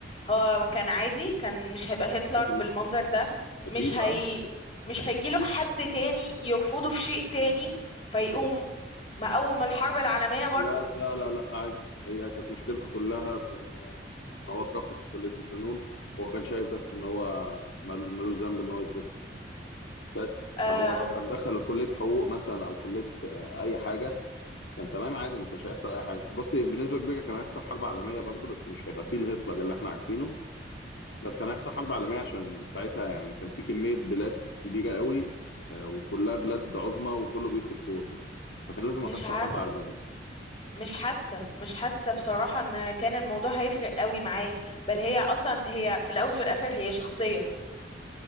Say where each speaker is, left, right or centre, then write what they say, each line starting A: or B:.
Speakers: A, on the left; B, on the left.
A: هو كان عادي كان مش هيبقى هتلر
B: 100%
A: بالمنظر ده
B: اكيد
A: مش هي
B: اه
A: مش هيجيله حد تاني يرفضه في شيء تاني فيقوم مقوم الحرب العالمية برضو
B: لا لا لا لا لا عادي هي كانت مشكلته كلها في ان إن هو اترفض في كلية الفنون هو كان شايف بس ان هو مل- ملوش ذنب ان هو يترفض بس
A: آه
B: فهو لو كان دخل كلية حقوق مثلا او كلية آه، اي حاجة كان تمام عادي ما كانش هيحصل اي حاجة بصي بنسبة كبيرة كان هيحصل حرب عالمية برضه بس مش هيبقى فيه الهتلر اللي احنا عارفينه بس كان هيحصل حرب عالمية عشان ساعتها يعني كان في كمية بلاد كبيرة قوي آه، وكلها بلاد عظمى وكله بيفرض قوته فكان لازم
A: مش
B: هتحصل
A: عارفة
B: حرب عالمية
A: مش حاسة مش حاسة بصراحة ان كان الموضوع هيفرق قوي معاه بل هي اصلا هي في الاول وفي الاخر هي شخصية